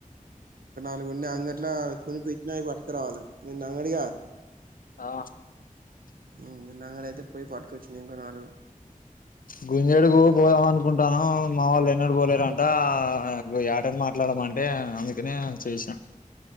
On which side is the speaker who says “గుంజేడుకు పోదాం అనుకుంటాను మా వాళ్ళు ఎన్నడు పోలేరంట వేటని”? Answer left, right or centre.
Left